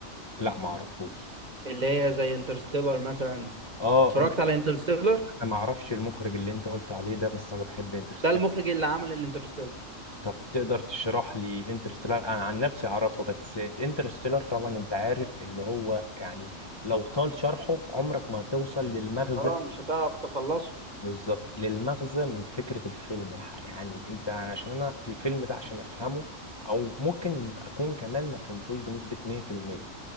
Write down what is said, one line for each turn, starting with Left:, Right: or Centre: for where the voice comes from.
Left: لا ما اعرفوش
Right: اللي هي زي انترستيلر مثلا
Left: اه
Right: اتفرجت
Left: انت
Right: على انترستيلر
Left: انا ما اعرفش المخرج اللي انت قلت عليه ده بس انا بحب انترستيلر
Right: ده المخرج اللي عمل الانترستيلر
Left: طب تقدر تشرح لي انترستيلر انا عن نفسي اعرفه بس انترستيلر طبعا انت عارف اللي هو يعني لو طال شرحه عمرك ما هتوصل للمغزى
Right: اه مش هتعرف تخلصه
Left: بالظبط للمغزى من فكرة الفيلم الحقيقي يعني انت عشان انا الفيلم ده عشان افهمه او ممكن اكون كمان ما فهمتوش بنسبة 100%